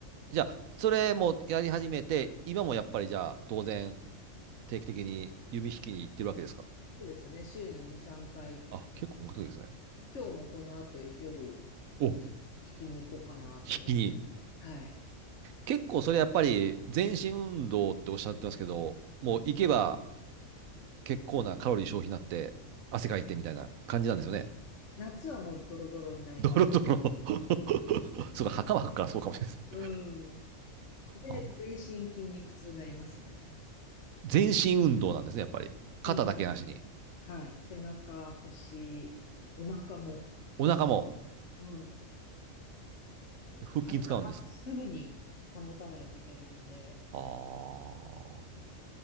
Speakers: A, on the right; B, on the left.
A: じゃあ、
B: うん
A: それもやり始めて、今もやっぱりじゃあ、当然、定期的に弓引きに行ってるわけですか。
B: そうですね、週に2、3回、
A: あ、結構本格的ですね。
B: 今日もこの後夜、
A: お、引
B: ちょっと引きに行こうかなと思って、
A: きに。
B: はい。
A: 結構それやっぱり全身運動っておっしゃってますけど、もう行けば
B: うん
A: 結構なカロリー消費になって、汗かいてみたいな感じなんですよね。
B: 夏はもうドロドロになります。
A: ドロドロ。<laughs> そうか、袴履くからそうかもしれないです。
B: うん。で、
A: ああ
B: 全身筋肉痛になりますね。
A: 全身運動なんですね、やっぱり。肩だけなしに。
B: うん。はい。背中、腰、お腹も、腹筋、
A: お腹も
B: うん。
A: 腹筋使うんです。
B: 体まっすぐに保たないといけないんで、
A: ああ。